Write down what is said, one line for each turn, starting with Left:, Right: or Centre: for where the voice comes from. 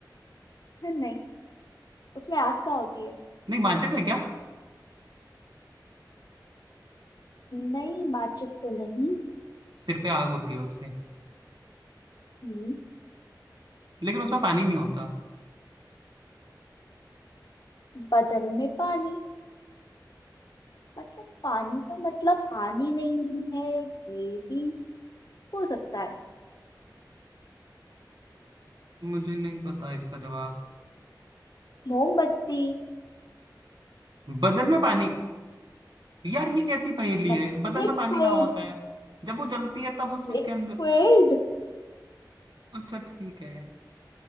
Left: नहीं उसमें आग का होती है
Right: नहीं माचिस है क्या
Left: नहीं माचिस तो नहीं
Right: सिर पे आग होती है उसमें
Left: हम्म
Right: लेकिन उसमें पानी नहीं होता
Left: बदन में पानी मतलब पानी का मतलब पानी नहीं है ये भी हो सकता है
Right: मुझे नहीं पता इसका जवाब
Left: मोमबत्ती
Right: बदन में पानी यार ये कैसी पहेली
Left: मतलब
Right: है बदन
Left: लिक्विड
Right: में पानी कहाँ होता है जब वो जलती है तब उसमें
Left: लिक्विड
Right: के अंदर अच्छा ठीक है